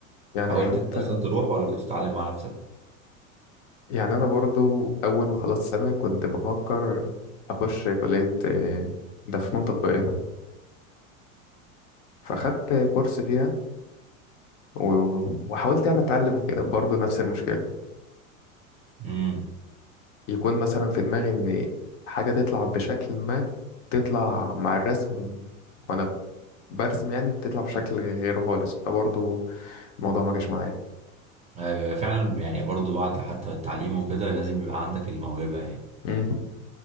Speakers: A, on the left (about 60°); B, on the right (about 15°).
A: يعني
B: حاولت
A: حتى
B: انت اصلا تروح ولا كنت تتعلم مع نفسك
A: يعني أنا برضو أول ما خلصت ثانوي كنت بفكر أخش كلية آه، ده فنون تطبيقية فأخدت كورس فيها و- وحاولت يعني أتعلم وكده برضو نفس المشكلة
B: امم
A: يكون مثلا في دماغي إن حاجة تطلع بشكل ما تطلع مع الرسم وأنا ب- برسم يعني تطلع بشكل غيره خالص فبرضو الموضوع ما جاش معايا
B: آه، فعلا يعني برضو بعد حتى التعليم وكده لازم يبقى عندك الموهبة يعني
A: مم.